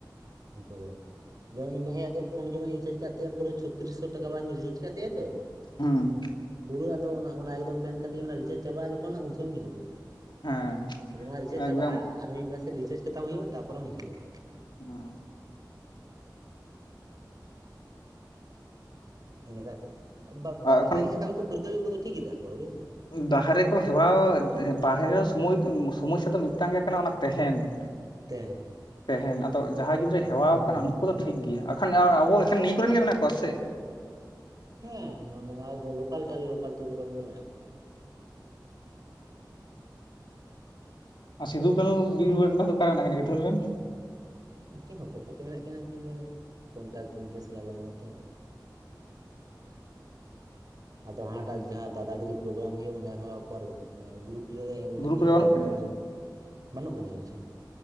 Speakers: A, on the right; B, on the left.
A: ᱩᱱᱠᱩ ᱫᱚ ᱡᱮ ᱤᱧ ᱵᱷᱟᱭᱟᱜ ᱫᱚ ᱯᱷᱳᱱ ᱡᱮᱢᱚᱱ ᱤᱧ ᱨᱤᱪᱟᱨᱡᱽ ᱠᱟᱜ ᱛᱟᱭᱟ ᱯᱩᱨᱟᱹ ᱪᱷᱚᱛᱨᱤᱥ ᱥᱚ ᱴᱟᱠᱟ ᱨᱮᱭᱟᱜ ᱤᱧ ᱨᱤᱪᱟᱨᱡᱽ ᱠᱟᱫ ᱛᱟᱭᱟ ᱛᱚ
B: ᱦᱩᱸ
A: ᱯᱩᱨᱟᱹ ᱟᱫᱚ ᱚᱱᱟ ᱮᱠᱫᱚᱢ ᱢᱮᱱ ᱠᱟᱫᱮᱭᱟᱹᱧ ᱚᱱᱟ ᱨᱤᱪᱟᱨᱡ ᱪᱟᱵᱟᱜ ᱡᱚᱠᱷᱚᱱ ᱩᱱ ᱥᱚᱢᱚᱭ ᱦᱤᱡᱩᱜ-ᱟ᱾
B: ᱦᱮᱸ
A: ᱚᱱᱟ ᱨᱤᱪᱟᱨᱡᱽ
B: ᱮᱠᱫᱚᱢ
A: ᱪᱟᱵᱟᱜ-ᱟ ᱟᱨ ᱢᱤᱫ ᱢᱟᱥᱮ ᱨᱤᱪᱟᱨᱡᱽ ᱠᱟᱛᱟᱢ ᱦᱩᱭᱩᱜ-ᱟ ᱛᱟᱨᱯᱚᱨᱮᱢ ᱦᱤᱡᱩᱜ-ᱟ᱾
B: ᱚ
A: ᱤᱱᱟᱹᱠᱟᱱᱡ <unintelligible> ᱵᱟᱨᱦᱮ
B: ᱮᱠᱷᱚᱱ
A: ᱡᱟᱦᱟᱸᱭ ᱠᱟᱹᱢᱤ ᱠᱚ ᱯᱟᱹᱨᱠᱟᱹᱣ ᱮᱱ ᱫᱚ ᱩᱱᱠᱩ ᱫᱚ ᱴᱷᱤᱠ ᱜᱮ ᱛᱟᱠᱚᱣᱟ ᱵᱩᱡᱫᱟᱢ
B: ᱵᱟᱨᱮ ᱠᱚ ᱦᱮᱣᱟ ᱵᱟᱨᱦᱮ ᱨᱮ ᱥᱚᱢᱚᱭ ᱥᱚᱢᱚᱥᱟ ᱫᱚ ᱢᱤᱫᱴᱟᱝ ᱜᱮ ᱠᱟᱱᱟ ᱚᱱᱟ ᱛᱟᱦᱮᱱ <inaudible>
A: ᱛᱮᱦᱮ
B: ᱛᱟᱦᱮᱱ ᱟᱫᱚ ᱡᱟᱦᱟᱸᱭ ᱜᱤᱫᱽᱨᱟᱹᱭ ᱦᱮᱣᱟ ᱠᱟᱱᱟ ᱩᱱᱠᱩ ᱫᱚ ᱴᱷᱤᱠ ᱜᱮᱭᱟ ᱮᱠᱷᱟᱱ ᱟᱵᱚ ᱮᱠᱷᱮᱱ ᱱᱤᱭᱟᱹ ᱠᱚᱨᱮᱱ ᱜᱮ ᱢᱮᱱᱟᱜ ᱠᱚᱣᱟ ᱥᱮ
A: ᱦᱮᱸ ᱱᱚᱣᱟ ᱫᱚ ᱞᱳᱠᱟᱞᱴᱤ ᱟᱞᱮ ᱞᱳᱠᱟᱞᱴᱤ ᱠᱚᱨᱮᱱ ᱜᱮ ᱢᱮᱱᱟᱜ ᱠᱚᱣᱟ
B: ᱟᱨ ᱥᱤᱫᱩ ᱠᱟᱹᱱᱩ ᱵᱤᱨ ᱫᱚ ᱚᱠᱟᱨ ᱢᱮᱱᱟᱜᱱᱟ ᱜᱟᱹᱤᱫᱷᱟᱹ <unintelligible> ᱨᱮᱱ
A: ᱩᱱᱠᱤᱱ ᱫᱚ ᱚᱠᱟᱭ ᱠᱚ ᱪᱚ ᱢᱮᱱᱟᱜ ᱠᱤᱱᱟ ᱩᱱᱠᱤᱱ ᱫᱚ ᱠᱚᱱᱴᱟᱠ ᱜᱮ ᱥᱟᱞᱟᱜ ᱵᱟᱹᱱᱩᱜ-ᱟ ᱛᱚ ᱟᱫᱚ ᱦᱟ ᱴᱟᱜ ᱡᱟᱦᱟᱸ ᱫᱟᱫᱟᱜᱤᱨᱤ ᱯᱨᱳᱜᱨᱟᱢ ᱦᱩᱭᱩᱜ-ᱟ ᱚᱸᱰᱮ ᱦᱚᱸ ᱚᱠᱟᱨ ᱜᱨᱩᱯ ᱨᱮ ᱮᱰ ᱢᱮᱱᱟᱜ
B: ᱜᱨᱩᱯ
A: ᱠᱤᱱ
B: ᱨᱮ
A: ᱪᱚ
B: ᱵᱟᱹᱱᱩᱜ
A: ᱵᱟᱝ
B: ᱠᱤᱱᱟ
A: ᱪᱚ ᱵᱟᱝ ᱵᱟᱹᱱᱩᱜ ᱠᱤᱱᱟ ᱟᱪᱮ